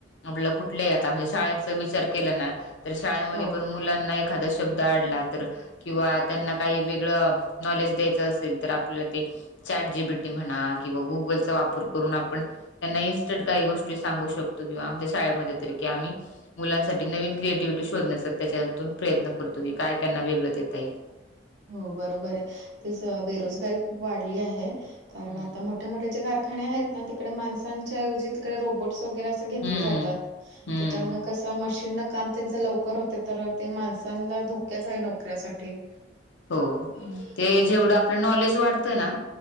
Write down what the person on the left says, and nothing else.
आपला कुठल्याही आता म्हणजे शाळेचा विचार केला ना तर शाळेमध्ये
पण मुलांन एखादा शब्द आडला तर किंवा त्यांना काही वेगळं नॉलेज द्यायचं असेल तर आपल्याला ते चॅट जी बी टी म्हणा किंवा गुगलचा वापर करून आपण त्यांना इन्स्टंट काही गोष्टी सांगू शकतो किंवा आमच्या शाळेमध्ये तरी की आम्ही मुलांसाठी नवीन क्रिएटिव्हटी शोधण्याचा त्याच्यावरतुन प्रयत्न करतो की काय त्यांना वेगळं देता येईल.
हम्म
हम्म
हम्म
हो
ते जेवढं आपलं नॉलेज वाढतं ना